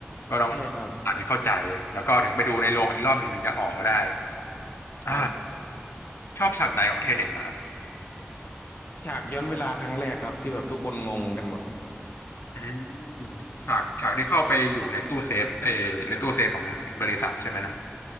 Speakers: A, on the left; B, on the left.
A: ก็ต้อง
B: ใช่ครับ
A: อ่านให้เข้าใจแล้วก็ถึงไปดูในโรงอีกรอบหนึ่งถึงจะอ๋อได้อ่า
B: ครับ
A: ชอบฉากไหนของเทเน็ตเหรอครับ
B: ฉากย้อนเวลาครั้งแรกครับที่แบบทุกคนงงกันหมด
A: อืมฉากฉากที่เข้าไปอยู่ในตู้เซฟเออในตู้เซฟของบริษัทใช่ไหมนะ